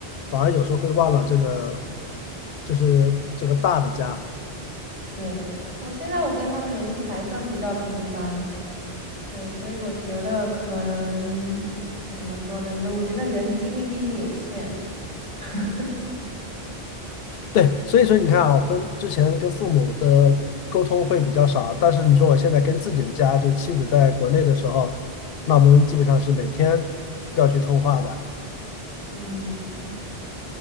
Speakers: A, on the left; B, on the right.
A: 反而有时候会忘了这个，就是这个大的家。
B: 对我现在我跟他们联系的还算比较频繁，对，所以我觉得可能怎么说呢？我觉得人精力毕竟有限。<laughs>
A: 对，所以说你看啊，跟之前跟父母的沟通会比较少，但是你说我现在跟自己的家，就是妻子在国内的时候，那我们基本上是每天都要去通话的。
B: 嗯，